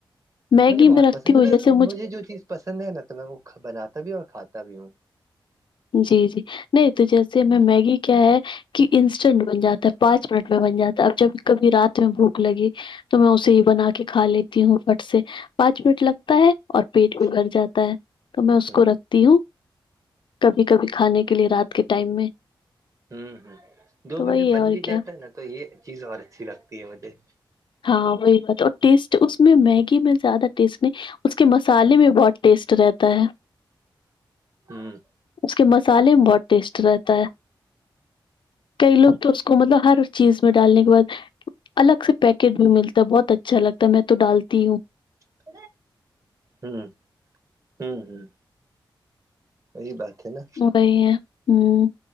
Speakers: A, on the left; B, on the right.
A: میگی
B: مجھے بہت
A: رکھتی
B: پسند
A: ہوں
B: ہے میں
A: جیسے
B: مجھے جو چیز پسند ہے نا تو میں وہ بناتا بھی ہ اور کھاتا بھی ہوں
A: جی جی نہیں تو جیسے ہمیں میگی کیا ہے کہ انسٹینٹ بن جاتا ہے پانچ منٹ میں بن جاتا ہے اب جب کبھی رات میں بھوک لگی تو میں اسے ہی بنا کے کھا لیتی ہوں پٹ سے پانچ منٹ لگ تا ہے اور پیٹ بھی
B: ہ
A: بھر جاتا ہے تو میں اس
B: ہ
A: کو رکھتی ہوں کبھی کبھی کھانے کے لیے رات کے ٹائم میں
B: ہوں ہوں دو
A: تو
B: منٹ
A: وہی ہے
B: بن
A: اور
B: بھی
A: کیا
B: جاتا ہے نا تو یہ چیز اور اچھی لگتی ہے مجھے
A: ہاں وہی بات اور ٹیسٹ اس میں میگی میں زیادہ ٹیسٹ نہیں اس کے مسالے میں بہت ٹیسٹ رہتا ہے
B: ہوں
A: اس کے مسالے میں بہت ٹیسٹ رہتا ہے کئی لوگ تو اس کو مطلب ہر چیز میں ڈالنے کے بعد الگ سے پیکٹ بھی ملتا ہے بہت اچھا لگتا ہے میں تو ڈالتی ہوں
B: ہ ہوں ہ وہی بات ہے نا
A: وہی ہے ہ